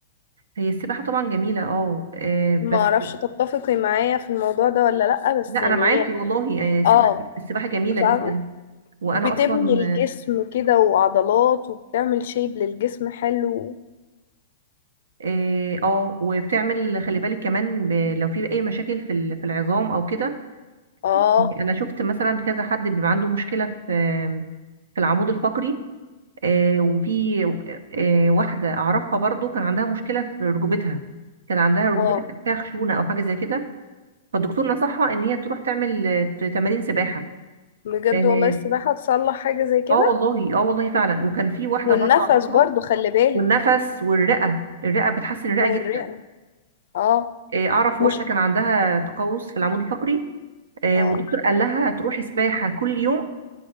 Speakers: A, on the right (about 75°); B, on the left (about 65°).
A: هي السباحه طبعا جميله اه آه،
B: ما
A: بس
B: اعرفش تتفقي معايا في الموضوع ده ولا لا بس
A: لا
B: يعني
A: انا معاكي
B: هي
A: والله آه، السباحه
B: اه
A: السباحه جميله
B: فاهمه
A: جدا وانا
B: بتبني
A: اصلا
B: الجسم كده وعضلات وبتعمل شيب للجسم حلو
A: اه آه، وبتعمل خلي بالك كمان ب- لو في اي مشاكل في ال- في العظام او كده
B: اه
A: يعني انا شفت مثلا كذا حد بيبقى عنده مشكله في في العمود الفقري آه، وفي آه، واحده اعرفها برضو كان عندها مشكله في ركبتها كان عندها ركبتها
B: اه
A: كان فيها خشونه او حاجه زي كده فالدكتور نصحها ان هي تروح تعمل آه، تمارين سباحه
B: بجد
A: اه
B: والله السباحة تصلح حاجة زي كده
A: آه والله اه والله فعلا وكان في واحده
B: والنفس
A: برضو اعرفها
B: برضو خلي بالك
A: والنفس والرئه الرئه بتحسن الرئه
B: والرئة
A: جدا
B: اه
A: آه، اعرف
B: مش
A: واحده كان عندها تقوس في العمود الفقري آه،
B: اه
A: والدكتور قال لها تروحي سباحه كل يوم